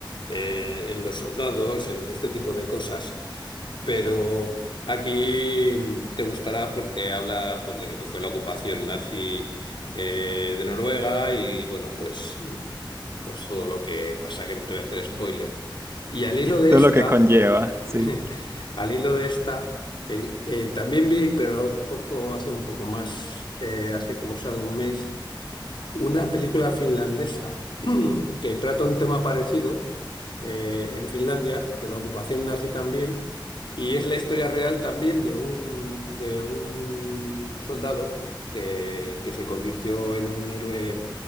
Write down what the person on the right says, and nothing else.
Todo
lo que conlleva, sí.